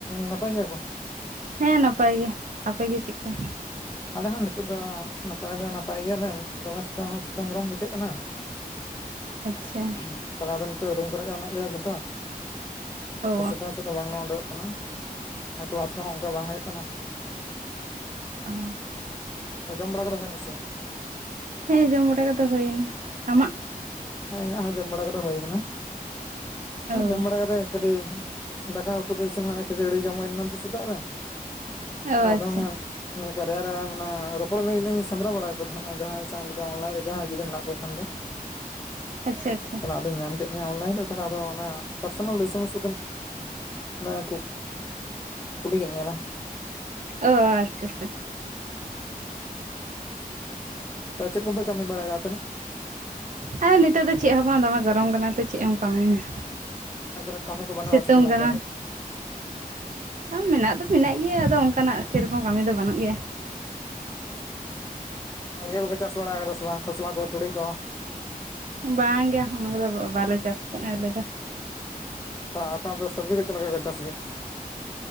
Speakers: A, on the left; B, on the right.
A: ᱱᱟᱯᱟᱭ ᱜᱮᱭᱟ ᱠᱚ?
B: ᱦᱮᱸ ᱱᱟᱯᱟᱭ ᱜᱮ ᱟᱯᱮ ᱜᱮ᱾ ᱪᱮᱫ ᱞᱮᱠᱟ?
A: ᱟᱞᱮ ᱦᱚᱸ ᱱᱤᱛᱳᱜ ᱫᱚ ᱱᱟᱯᱟᱭ ᱫᱚ ᱱᱟᱯᱟᱭ ᱜᱮᱭᱟᱞᱮ ᱫᱚᱢᱮ ᱥᱤᱛᱩᱝ ᱦᱚᱸ ᱥᱤᱛᱩᱝ ᱜᱚᱨᱚᱢ ᱵᱩᱡᱷᱟᱹᱜ ᱠᱟᱱᱟ᱾ <inaudible>
B: ᱟᱪᱪᱷᱟ
A: ᱛᱟᱞᱟ ᱫᱚ ᱱᱤᱛᱚᱜ ᱨᱩᱢ ᱠᱚᱨᱮ ᱜᱮ ᱢᱮᱱᱟᱜ ᱞᱮᱭᱟ ᱡᱷᱚᱛᱚ
B: ᱚ
A: ᱥᱮᱛ ᱱᱤᱛᱚᱜ ᱫᱚ ᱵᱟᱝᱞᱮ ᱩᱰᱩᱠᱚᱜ ᱠᱟᱱᱟ ᱟᱨ ᱠᱮᱞᱟᱥ ᱠᱚᱦᱚᱸ ᱚᱱᱠᱟ ᱵᱟᱝ ᱦᱩᱭᱩᱜ ᱠᱟᱱᱟ
B: ᱚ
A: ᱡᱚᱢ ᱵᱟᱲᱟ ᱠᱚᱫᱚ ᱦᱩᱭᱱᱟ ᱥᱮ ᱵᱟᱝ?
B: ᱦᱮᱸ ᱡᱚᱢ ᱵᱟᱲᱟ ᱠᱚᱫᱚ ᱦᱚᱭᱮᱱᱟ᱾ ᱮᱱᱟ ᱟᱢᱟᱜ?
A: ᱦᱮᱸ ᱤᱧᱟᱹᱜ ᱦᱚᱸ ᱡᱚᱢ ᱵᱟᱲᱟ ᱠᱚᱫᱚ ᱦᱩᱭᱩᱭᱟ ᱟᱠᱟᱱᱟ
B: ᱚ
A: ᱡᱚᱢ ᱵᱟᱲᱟ ᱠᱟᱛᱮ ᱠᱟᱹᱴᱤᱡ ᱫᱟᱠᱟ ᱩᱛᱩ ᱠᱚ ᱤᱥᱤᱱ ᱦᱩᱭᱱᱟ ᱠᱷᱟᱹᱡᱟᱹᱲᱤ ᱡᱚᱢ ᱦᱩᱭᱱᱟ ᱛᱚ ᱥᱮᱛᱟᱜ ᱨᱮ ᱛᱟᱦᱮ
B: ᱚ
A: ᱟᱫᱚᱱᱮ
B: ᱟᱪᱪᱷᱟ
A: ᱱᱤᱭᱟᱹ ᱠᱟᱨᱭᱟ ᱨᱮ ᱢᱟᱱᱮ ᱨᱚᱯᱚᱲ ᱞᱟᱹᱜᱤᱫ ᱞᱤᱧ ᱥᱮᱸᱫᱽᱨᱟ ᱵᱟᱲᱟᱭᱮᱫ ᱠᱚ ᱛᱟᱦᱮᱸᱫ ᱡᱟᱦᱟᱸᱭ ᱥᱟᱶ ᱡᱩᱫᱤ ᱚᱱᱞᱟᱭᱤᱱ ᱨᱮ ᱡᱟᱦᱟᱸᱭ ᱡᱩᱫᱤ ᱢᱮᱱᱟᱜ ᱠᱚ ᱠᱷᱟᱱ ᱫᱚ
B: ᱟᱪᱪᱷᱟ ᱟᱪᱪᱷᱟ
A: ᱛᱟᱦᱚᱞᱮ ᱟᱫᱚᱧ ᱧᱟᱢ ᱠᱮᱫ ᱢᱮᱭᱟ ᱚᱱᱞᱟᱭᱤᱱ ᱨᱮ ᱛᱟᱦᱚᱞᱮ ᱟᱫᱚ ᱚᱱᱟ ᱯᱟᱨᱥᱚᱱᱟᱞ ᱮᱥᱤᱢᱮᱱᱥ ᱠᱟᱛᱮ ᱞᱟ. ᱭ ᱠᱩ ᱠᱩᱞᱤ ᱠᱮᱫ ᱢᱮᱧᱟ ᱞᱟᱝ
B: ᱚ ᱟᱪᱷᱟ ᱛᱚ
A: ᱛᱚ ᱪᱮᱫ ᱠᱚᱯᱮ ᱠᱟᱹᱢᱤ ᱵᱟᱲᱟᱭᱮᱫᱚ ᱟᱯᱮ ᱫᱚ
B: ᱦᱮᱸ ᱱᱤᱛᱚᱜ ᱫᱚ ᱪᱮᱫ ᱦᱚᱸ ᱵᱟᱝ ᱫᱚᱢᱮ ᱜᱚᱨᱚᱢ ᱠᱟᱱᱟ ᱪᱮᱫ ᱦᱚᱸ ᱮᱢ ᱠᱟᱹᱢᱤᱭᱟ?
A: ᱚᱲᱟᱜ ᱠᱚᱨᱮ ᱠᱟᱹᱢᱤ ᱠᱚ ᱵᱟᱹᱱᱩᱜᱼᱟ
B: ᱥᱤᱛᱩᱝ
A: ᱥᱮ ᱡᱮᱱᱚᱝᱠᱟ
B: ᱠᱟᱱᱟ
A: ᱫᱚ
B: ᱢᱮᱱᱟᱜ ᱫᱚ ᱢᱮᱱᱟᱜ ᱜᱮᱭᱟ ᱟᱫᱚ ᱚᱱᱠᱟᱱᱟᱜ ᱥᱮᱨᱚᱠᱚᱢ ᱠᱟᱹᱢᱤ ᱫᱚ ᱵᱟᱹᱱᱩᱜ ᱜᱮᱭᱟ᱾
A: ᱚ ᱤᱭᱟᱹ ᱠᱚᱯᱮ ᱪᱟᱥ ᱵᱟᱲᱟ ᱠᱟᱫᱟ ᱥᱮ ᱵᱟᱝ ᱠᱷᱚᱥᱞᱟ ᱠᱚ ᱛᱩᱲᱤ ᱠᱚ?
B: ᱵᱟᱝ ᱜᱮᱭᱟ ᱚᱱᱟ ᱠᱚᱫᱚ ᱵᱟᱞᱮ ᱪᱟᱥ ᱠᱟᱜᱼᱟ ᱟᱞᱮ ᱫᱚ
A: ᱟᱯᱮ ᱚᱱᱛᱮ ᱫᱚ ᱥᱚᱵᱡᱤ ᱠᱚ ᱪᱮᱫ ᱞᱮᱠᱟ ᱠᱚ ᱪᱟᱥ ᱜᱮᱭᱟ?